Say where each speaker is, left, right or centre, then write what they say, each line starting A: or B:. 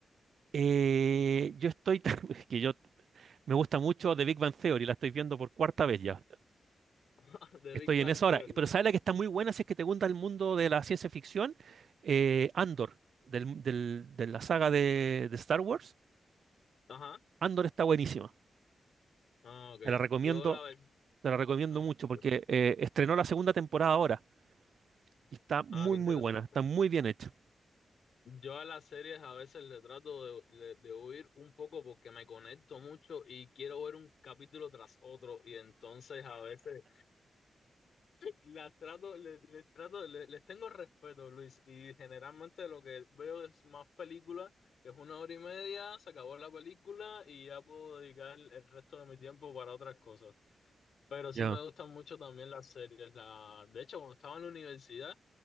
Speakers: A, on the right; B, on the left.
A: Eh, yo estoy, <laughs> es que yo me gusta mucho The Big Bang Theory, la estoy viendo por cuarta vez ya.
B: <laughs> The
A: Estoy
B: Big Bang
A: en eso
B: Theory.
A: ahora. Pero ¿sabes la que está muy buena si es que te gusta el mundo de la ciencia ficción? Eh, Andor, del- del- de la saga de, de Star Wars.
B: Ajá.
A: Andor está buenísima.
B: Ah, ok,
A: Te la recomiendo,
B: yo la verdad.
A: te la recomiendo
B: Ah, no,
A: mucho
B: ok.
A: porque eh, estrenó la segunda temporada ahora y está muy,
B: Ah, qué interesante.
A: muy buena. Está muy bien hecha.
B: Yo a las series a veces le trato de, de, de huir un poco porque me conecto mucho y quiero ver un capítulo tras otro y entonces a veces Las trato, les, les trato, les, les tengo respeto, Luis, y generalmente lo que veo es más películas, que es una hora y media, se acabó la película y ya puedo dedicar el resto de mi tiempo para otras cosas. Pero sí
A: Ya,
B: me gustan mucho también las series. La... De hecho, cuando estaba en la universidad,